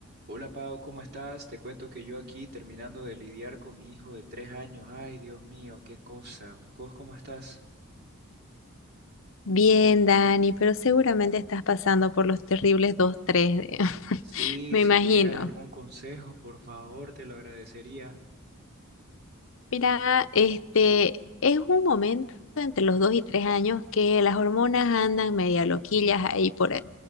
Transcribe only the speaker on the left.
Bien, Dani, pero seguramente estás pasando por los terribles dos tres. de- <laughs>
me
imagino.
Mira, este es un momento entre los 2 y 3 años que las hormonas andan media loquillas ahí por,